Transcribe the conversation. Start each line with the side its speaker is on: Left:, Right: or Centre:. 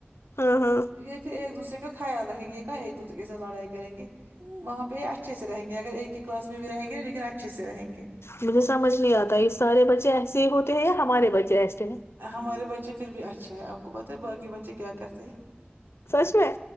Left: ہاں ہاں
Right: یہ پھر ایک دوسرے کا خیال ریں گے یہ کہاں ایک دوسرے کے س لڑائی کریں گے وہاں پہ یہ اچھے سے رہیں گے یہ اگر ایک ہی کلاس میں بھی رہیں گے لیکن اچھے سے رہیں گے
Left: مجھے سمجھ نہیں آتا یہ سارے بچے ایسے ہی ہوتے ہیں یا ہمارے بچے ایسے ہیں
Right: ہمارے بچے پھر بھی اچھے ہیں آپ کو پتہ ہے باقی بچے کیا کرتے ہیں
Left: سچ میں